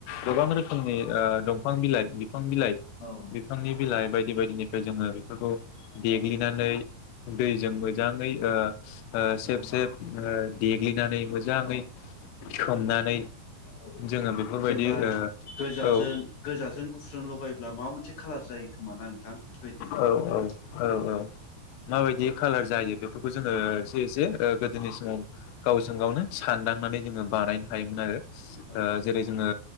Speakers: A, on the left; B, on the left.
A: गोबां रोखोमनि ओ दंफां बिलाइ बिफां बिलाइ
B: औ औ
A: बिफांनि बिलाइ बायदि। बायदि बायदिनिफ्राय जोङो बेफोरखौ
B: औ
A: देग्लिनानैै दैजों मोजाङै ओ ओ सेब सेब देग्लिनानै मोजाङै
B: औ
A: सोमनानै
B: औ
A: जोङो बेफोरबायदि
B: जेनेबा
A: ओ
B: गोजाजों
A: औ।
B: गोजाजों गुफुरजों लगायोब्ला माबा मोनसे खालार जायो खोमा ना नोंथां बेबायदि
A: औ औ
B: ना
A: औ औ माबायदि खालार जायो बेफोरखौ जोङो खौ एसे ओ गोदोनि समाव गावजों गावनो सानदांनानै जोङो बानायनो हायोमोन आरो।
B: औ
A: ओ जेरै जोङो